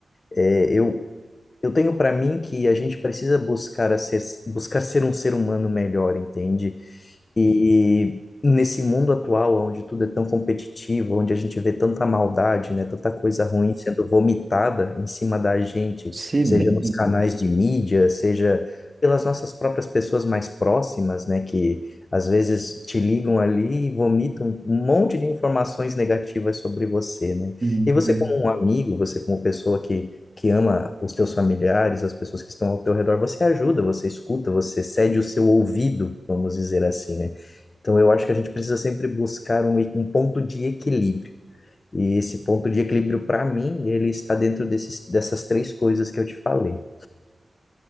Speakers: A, on the left (about 45°); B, on the right (about 25°).
A: É, eu eu tenho para mim que a gente precisa buscar a ser, buscar ser um ser humano melhor, entende? E nesse mundo atual, onde tudo é tão competitivo, onde a gente vê tanta maldade, né, tanta coisa ruim sendo vomitada em cima da gente,
B: Se
A: seja
B: bem,
A: nos canais de mídia, seja pelas nossas próprias pessoas mais próximas, né, que às vezes te ligam ali e vomitam um monte de informações negativas sobre você, né?
B: hum,
A: E você
B: né?
A: como um amigo, você como pessoa que que ama os teus familiares, as pessoas que estão ao teu redor, você ajuda, você escuta, você cede o seu ouvido, vamos dizer assim, né? Então eu acho que a gente precisa sempre buscar um, e- um ponto de equilíbrio. E esse ponto de equilíbrio, para mim, ele está dentro desses, dessas três coisas que eu te falei.